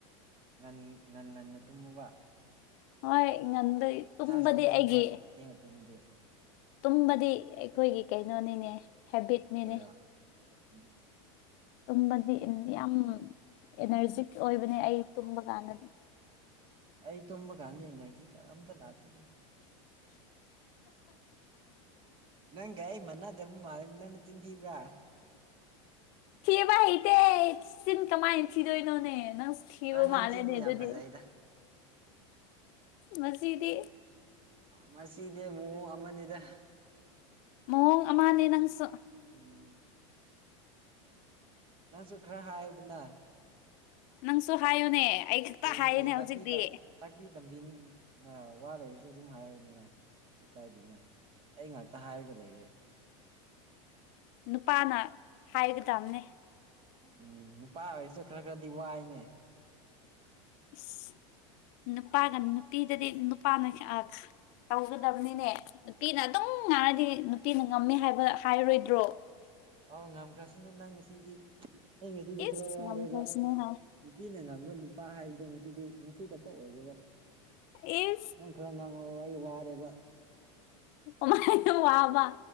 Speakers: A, on the right (about 35°); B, on the left (about 50°).
A: ꯉꯟ ꯉꯟ ꯉꯟꯅ ꯇꯨꯝꯃꯣꯕ꯫
B: ꯍꯣꯏ ꯉꯟꯗ ꯇꯨꯝꯕꯗꯤ
A: ꯁꯣꯛꯀꯅꯤꯕ
B: ꯑꯩꯒꯤ
A: ꯊꯦꯡꯅ ꯇꯨꯝꯃꯗꯤ꯫
B: ꯇꯨꯝꯕꯗꯤ ꯑꯩꯈꯣꯏꯒꯤ ꯀꯩꯅꯣꯅꯤꯅꯦ ꯍꯦꯕꯤꯠꯅꯤꯅꯦ꯫
A: ꯀꯩꯔꯣ ꯎꯝ
B: ꯇꯨꯝꯕꯗꯤ ꯌꯥꯝ ꯑꯦꯅꯔꯖꯤꯛ ꯑꯣꯏꯕꯅꯦ ꯑꯩ ꯇꯨꯝꯕ ꯀꯥꯟꯗꯗꯤ꯫
A: ꯑꯩ ꯇꯨꯝꯕ ꯀꯥꯟꯗ ꯑꯦꯅꯔꯖꯤ ꯑꯝꯇ ꯂꯥꯛꯇꯦꯅꯦ꯫ ꯅꯪꯒ ꯑꯩ ꯃꯥꯟꯅꯗꯕ ꯃꯥꯜꯂꯦ꯫ ꯅꯪ ꯅꯆꯤꯟ ꯊꯤꯕ꯭ꯔꯥ?
B: ꯊꯤꯕ ꯍꯩꯇꯦ ꯆꯤꯟ ꯀꯃꯥꯏꯅ ꯊꯤꯗꯣꯏꯅꯣꯅꯦ ꯅꯪꯁꯨ ꯊꯤꯕ
A: ꯑꯥ ꯅꯪ
B: ꯃꯥꯜꯂꯦꯅꯦ
A: ꯆꯤꯟꯗꯤ
B: ꯑꯗꯨꯗꯤ꯫
A: ꯌꯥꯝ ꯐꯖꯩꯗ
B: ꯃꯁꯤꯗꯤ꯫
A: ꯃꯁꯤꯗꯤ ꯃꯑꯣꯡ ꯑꯃꯅꯤꯗ꯫
B: ꯃꯑꯣꯡ ꯑꯃꯅꯦ ꯅꯪꯁꯨ꯫
A: ꯎꯝ ꯅꯪꯁꯨ ꯈꯔ ꯍꯥꯏꯌꯨꯗꯅ꯫
B: ꯅꯪꯁꯨ ꯍꯥꯏꯌꯨꯅꯦ ꯑꯩ ꯈꯛꯇ
A: ꯀꯔꯤ
B: ꯍꯥꯏꯌꯦꯅꯦ
A: ꯀꯔꯤ ꯇꯥꯛꯄꯤ
B: ꯍꯧꯖꯤꯛꯇꯤ꯫
A: ꯇꯥꯛꯄꯤ ꯇꯝꯕꯤꯅ ꯋꯥ ꯂꯩꯔꯁꯨ ꯑꯗꯨꯝ ꯍꯥꯏꯌꯨꯗꯅ꯫ ꯀꯩꯁꯨ ꯀꯥꯏꯗꯦꯅ ꯑꯩ ꯉꯥꯛꯇ ꯍꯥꯏꯔꯒ ꯂꯩꯔꯦ꯫
B: ꯅꯨꯄꯥꯅ ꯍꯥꯏꯒꯗꯕꯅꯦ꯫
A: ꯎꯝ ꯅꯨꯄꯥ ꯑꯣꯏꯔꯁꯨ ꯈꯔ ꯈꯔꯗꯤ ꯋꯥꯏꯅꯦ꯫
B: ꯏꯁ ꯅꯨꯄꯥꯒ ꯅꯨꯄꯤꯗꯗꯤ ꯅꯨꯄꯥꯅ ꯇꯧꯒꯗꯕꯅꯤꯅꯦ ꯅꯨꯄꯤꯅ ꯑꯗꯨꯝ ꯉꯥꯏꯔꯗꯤ ꯅꯨꯄꯤꯅ ꯉꯝꯃꯦ ꯍꯥꯏꯕ ꯍꯥꯏꯔꯣꯏꯗ꯭ꯔꯣ?
A: ꯑꯥꯎ ꯉꯝꯈ꯭ꯔꯁꯨꯅ ꯅꯪ ꯉꯁꯤꯗꯤ ꯑꯩ ꯉꯁꯤꯗꯤ
B: ꯏꯁ
A: ꯈꯔ ꯋꯥꯔꯦꯕ꯫
B: ꯉꯝꯈ꯭ꯔꯁꯅꯨ ꯍꯥꯏ
A: ꯅꯨꯄꯤꯅ ꯉꯝꯕ ꯅꯨꯄꯥ ꯍꯥꯏꯕꯗꯣ ꯉꯁꯤꯗꯤ ꯉꯁꯤ ꯈꯛꯇ ꯑꯣꯏꯗꯕ꯫
B: ꯏꯁ
A: ꯅꯪ ꯈꯔ ꯉꯥꯡꯉꯛꯑꯣ ꯑꯩ ꯋꯥꯔꯦꯕ꯫
B: ꯀꯃꯥꯏꯅꯣ ꯋꯥꯕ